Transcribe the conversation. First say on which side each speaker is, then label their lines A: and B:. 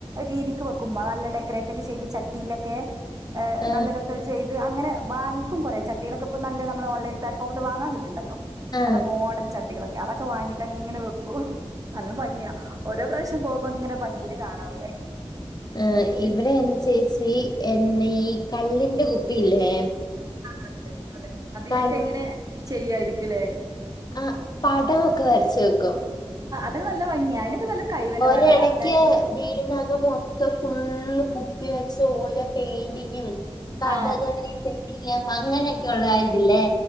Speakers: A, on the right (about 35°); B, on the left (about 40°).
A: രീതിക്ക് വെക്കുമ്പ നല്ല ഡെക്കറേറ്റ് ഒക്കെ ചെയ്ത് ച ട്ടിയിലൊക്കെ ഏ
B: ആ
A: നല്ല ഇതൊക്കെ ചെയ്ത് അങ്ങനെ വാങ്ങിക്കും കൊറെ ചട്ടികളൊക്കെപ്പൊ നല്ല നമ്മളെ ഓൺലൈൻ പ്ലാറ്റ്ഫോമില് വാങ്ങാൻ കിട്ടു ണ്ടല്ലോ
B: ആ
A: നല്ല മോഡൽ ചട്ടികളൊക്കെ അതൊക്കെ വാങ്ങീട്ട് അങ്ങനെ വെക്കൂ. നല്ല ഭംഗിയാ ഓരോ പ്രാശ്യം പോവുമ്പോ ഇങ്ങനെ ഭംഗിയില് കാണാം അവിടെ
B: ആ
A: വീട്ടിലേക്ക്
B: ഇവിടെ എൻറെ
A: പോ
B: ചേച്ചി എന്നെ ഈ കള്ളിന്റെ കുപ്പിയില്ലേ
A: അതെ അതെ അതിലൊക്കെ
B: കൾ
A: എങ്ങനെ ചെയ്യായിരിക്കും ല്ലേ
B: ആ പടമൊക്കെ വരച്ച് വെക്കും
A: അതിന് നല്ല ഭംഗിയാ അതിനൊക്കെ നല്ല കൈവന്നെ
B: ഒരെടയ്ക്ക്
A: വേണടാ അതായത്
B: വീടിനകം മൊത്തം ഫുള്ള് കു പ്പി വെച്ച് ഓരോ പെയിന്റിങ്ങും കഥകളിടെ
A: ആ
B: ഈ അങ്ങനെയൊക്കെള്ള ഇതില്ലേ